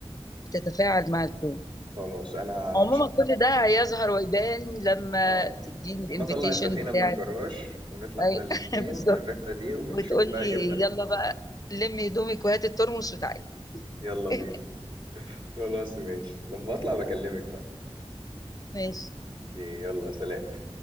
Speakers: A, on the left; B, on the right.
A: بتتفاعل مع الكون
B: خلاص انا
A: عموما
B: هش-
A: كل ده هيظهر ويبان لما
B: اه
A: تديني الانفيتيشن
B: اما اطلع السفينة
A: بتاعت
B: من الجراج ونطلع احنا
A: اي
B: الاتنين
A: <laughs> بالظبط
B: الرحلة دي ونشوف
A: وتقول لي
B: بقى ايه بنا
A: يلا بقى لمي هدومك وهات الترمس بتاعك
B: يلا
A: <laughs>
B: بينا خلاص ماشي لما اطلع بكلمك بقى
A: ماشي
B: اوكي يلا سلام